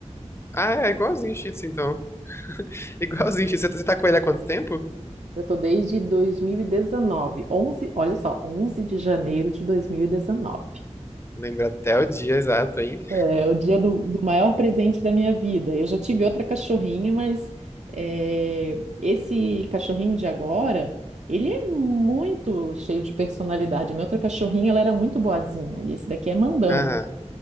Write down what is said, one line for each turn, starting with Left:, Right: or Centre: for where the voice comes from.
Left: Ah, é igualzinho o Shih Tzu, então. <laughs> Igualzinho o Shih Tzu. Você tá com ele há quanto tempo?
Right: Eu tô desde 2019, onze olha só, 11 de janeiro de 2019.
Left: Lembra até o dia exato, hein?
Right: É o dia do, do maior presente da minha vida. Eu já tive outra cachorrinha, mas é, esse cachorrinho de agora, ele é muito cheio de personalidade. A minha outra cachorrinha, ela era muito boazinha e esse daqui é mandão.
Left: Ah.